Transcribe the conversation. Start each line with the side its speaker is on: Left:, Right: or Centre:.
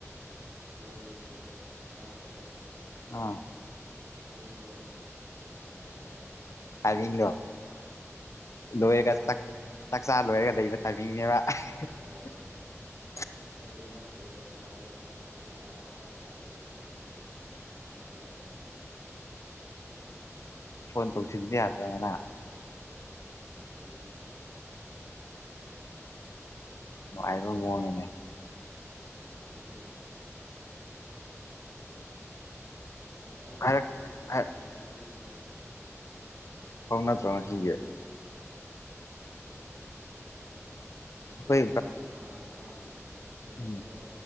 Right: ꯏꯖꯒꯤ ꯏꯁꯇꯦꯇꯁ ꯊꯥꯔꯛꯄꯗꯣ
Left: ꯑꯥ
Right: ꯄꯨꯡꯗꯣ ꯌꯥꯗꯦꯕ
Left: ꯇꯥꯃꯤꯡꯗꯣ
Right: ꯀꯅꯥ
Left: ꯂꯣꯏꯔꯒ ꯆꯥꯛ ꯆꯥꯛꯆꯥ ꯂꯣꯏꯔꯒ
Right: ꯑꯥ
Left: ꯂꯩꯕ ꯇꯥꯃꯤꯡꯅꯦꯕ ꯑꯥ ꯍꯤ ꯍꯦ
Right: ꯍꯣꯏ ꯅꯠꯇꯦ ꯃꯥ ꯏꯁꯇꯦꯇꯁ ꯊꯥꯔꯛꯄꯗ ꯀꯅꯥ ꯄꯨꯡ ꯇꯔꯥꯗ ꯕ꯭ꯔꯥꯖꯤꯜꯒꯤ ꯁꯔꯒꯁ <unintelligible>
Left: ꯐꯣꯟ
Right: ꯑꯗꯨ
Left: ꯇꯧꯁꯤꯟꯕ
Right: ꯑꯣꯏꯔꯗꯤ
Left: ꯌꯥꯗ꯭ꯔ ꯉꯔꯥꯡ
Right: ꯏꯁ ꯇꯧꯗꯦꯗ
Left: ꯅꯨꯡꯉꯥꯏꯕ ꯃꯥꯑꯣꯡꯅꯤꯅꯦ
Right: ꯉꯁꯤꯁꯨ ꯀꯪꯗꯦ ꯉꯁꯥꯏ
Left: ꯍꯥꯏꯔꯛ
Right: ꯗꯤ ꯃꯦꯁꯦꯁ
Left: ꯍꯥꯏ
Right: ꯃꯦꯁꯦꯖꯗꯤ ꯊꯥꯏ
Left: ꯐꯥꯎ ꯅꯗ꯭ꯔꯣ ꯉꯁꯤꯒꯤ
Right: ꯃꯤꯁꯦꯁ
Left: ꯑꯩꯈꯣꯏ
Right: ꯊꯥꯕꯨ ꯃꯥ ꯃꯥꯒꯤ ꯖꯔꯁꯤꯗꯣ
Left: ꯎꯝ